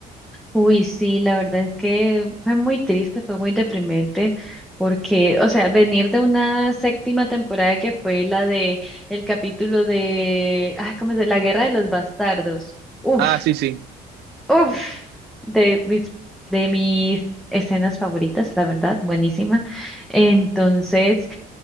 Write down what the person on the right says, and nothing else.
Ah, sí, sí.